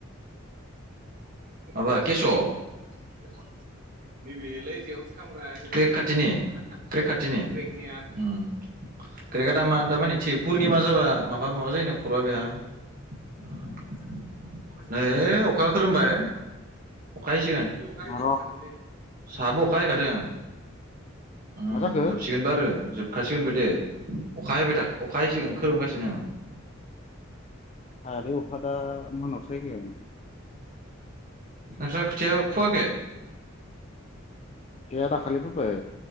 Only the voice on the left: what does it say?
र'
मा जाखो
हायालै अखादा मोनायावसो फैगोन
गैया दाखालि फोबाय